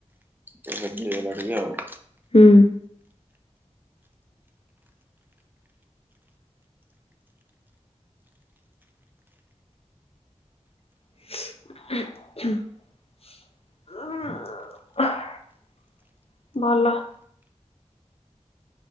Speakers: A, on the right; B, on the left.
A: ତ ହେଭି ହେଇଗଲା ଟିକେ ଆଉ।
B: ହୁଁ। <unintelligible> ଭଲ।